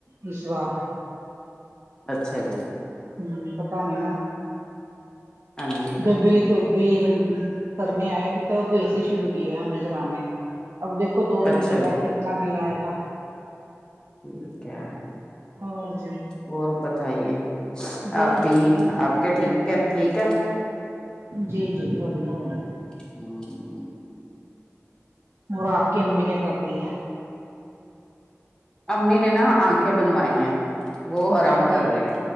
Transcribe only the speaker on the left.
اچھا جی
ہاں جی ہاں
جی
اچھا
جی
ٹھیک ہے
اور بتائیے
آپپی
آپ کے ٹھیک ہے ٹھیک ہے
ہے
امی نے نا آنکھیں بنوائی ہیں وہ
آرام
کر رہے ہیں